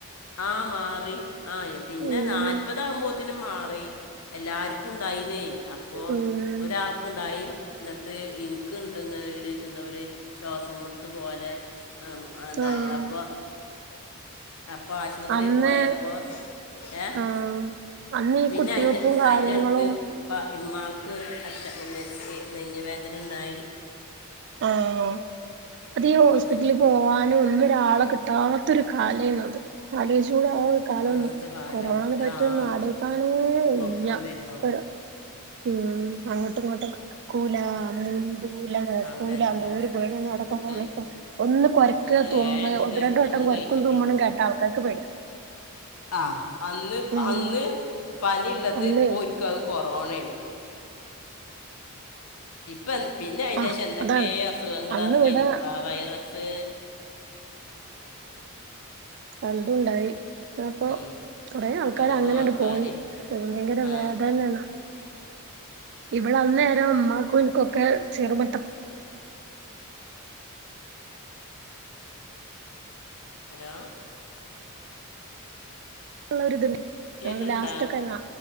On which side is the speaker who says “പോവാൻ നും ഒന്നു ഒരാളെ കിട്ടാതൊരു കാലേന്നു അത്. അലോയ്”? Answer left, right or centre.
Right